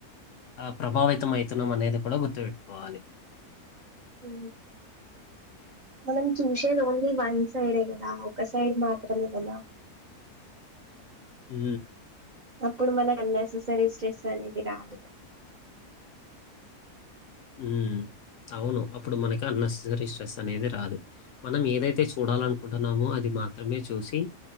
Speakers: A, on the left; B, on the right.
A: ఆ ప్రభావితం అవుతున్నాం అనేది కూడ గుర్తుపెట్టుకోవాలి
B: ఉ మనం చూసేది ఓన్లీ వన్ సైడే కదా ఒక సైడ్ మాత్రమే కదా
A: హు
B: అప్పుడు మన అన్నెససరీ స్ట్రెస్ అనేది రాదు
A: ఉ అవును అప్పుడు మనకి అన్నెసెసరీ స్ట్రెస్ అనేది రాదు మనం ఏదైతే చూడాలనుకుంటున్నామో అది మాత్రమే చూసి